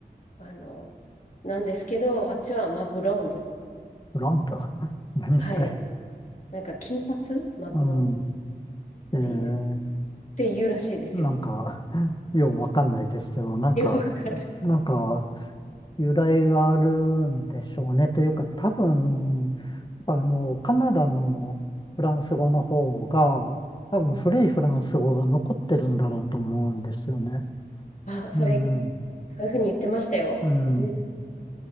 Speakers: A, on the left; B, on the left.
A: あの、なんですけど、あっちはマブロンド。
B: ブランド。<laughs> 何それ。
A: はい。なんか金髪マブロンド。
B: うん、
A: っ
B: ええ、
A: ていうって言うらしいですよ。
B: なんか、ようわかんないですけど、なんか、
A: よくわかる。
B: なんか、由来があるんでしょうね。というか、多分、やっぱあの、カナダのフランス語の方が、多分古いフランス語が残ってるんだろうと思うんですよね。
A: うん。あ、それ、
B: うん、
A: そういうふうに言ってましたよ。
B: うん。
A: うん。